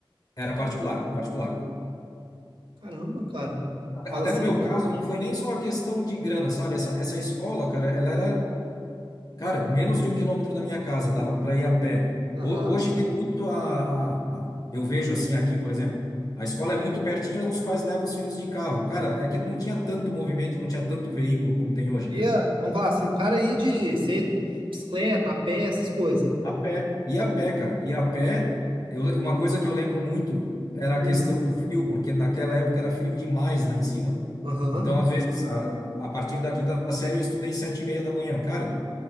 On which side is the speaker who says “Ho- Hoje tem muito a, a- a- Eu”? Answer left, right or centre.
Left